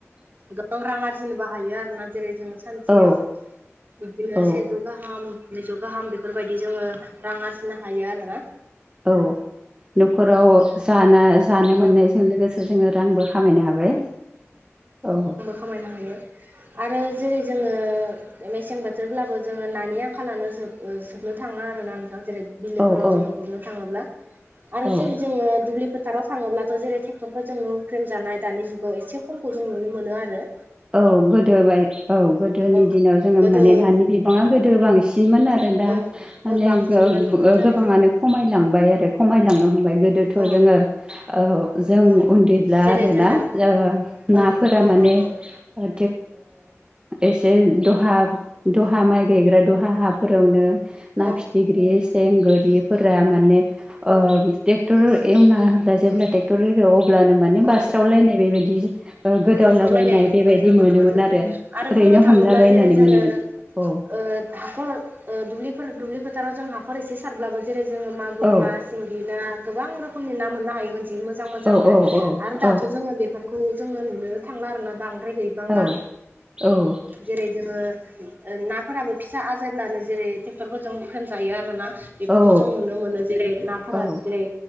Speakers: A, on the right; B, on the right.
A: गोबां रां आरजिनोबो हायो आरोना जेरै जोङो सानसेयाव
B: औ
A: बिदिनो
B: औ
A: सेजौ गाहाम नैजौ गाहाम बेफोरबायदि जोङो रां आरजिनो हायो आरोना।
B: औ न'खराव जाना-जानो मोननायजों
A: औ
B: लोगोसे जोङो रांबो खामायनो हाबाय औ।
A: खामायनो हायो आरो जेरै जोङो मेसें बोथोरब्लाबो जोङो नानि आंखालानो जोब-जोबनो थाङा आरोना नोंथां जेरै बिलोफोराव
B: औ औ
A: जोङो गुरनो थाङोब्ला आरो
B: औ
A: जेरै जोङो दुब्लि फोथाराव थाङोब्लाथ' जेरै ट्रेक्टरफोरजों हुख्रेम जानाय दानि जुगाव एसे खमखौ जों नुनो मोनो आरो।
B: औ गोदो बाय औ गोदोनि
A: औ
B: दिनाव जोङो
A: गोदो
B: माने नानि बिबाङा गोदो बांसिनमोन आरो। दा
A: औ औ
B: माने
A: बांसिनमोन
B: गोबाङानो
A: नंगौ थारैनो
B: खमायलांबाय आरो खमायलांनो हमबाय गोदो थ'
A: औ
B: जोङो ओ जों
A: औ
B: उन्दैब्ला
A: जेरै
B: आरोना
A: जोङो
B: ओ नाफोरा
A: औ औ
B: माने
A: नंगौ
B: ओ एसे द'हा दहा माइ गायग्रा दहा हाफोरावनो ना
A: औ
B: फिथिख्रि, सें, गोरिफोरा माने ओ
A: औ
B: ट्रेक्टर एवना होब्ला जेब्ला ट्रेक्टर एरो अब्लानो माने
A: औ
B: बास्रावलायनाय बेबायदि ओ
A: औ
B: गोदावलाबायनाय
A: बास्रावलायनाय नुनो
B: बेबायदि मोनोमोन
A: जोङो
B: आरो
A: आरो
B: ओरैनो
A: बुंनो थाङोब्ला
B: हमलाबायनानै
A: जेरै जोङो
B: मोनोमोन।
A: ओ हाखर ओ दुब्लिफोर दुब्लि‌ फोथाराव जों हाखर एसे सारब्लाबो जेरै जोङो मागुर
B: औ
A: नास सिंगि ना गोबां रोखोमनि ना मोननो हायोमोन जि मोजां मोजांनो
B: औ औ
A: आरो दाथ'
B: औ
A: जोङो बेफोर खौ जोङो नुनो थांला आरोना बांद्राय गैबांला।
B: औ औ
A: जेरै जोङो नाफोराबो फिसा आजायब्लानो जेरै ट्रेक्टरफोरजों होख्रेमजायो आरो ना। बेफोरखौ
B: औ
A: जों नुनो मोनो जेरै नाफोरा
B: औ
A: जेरै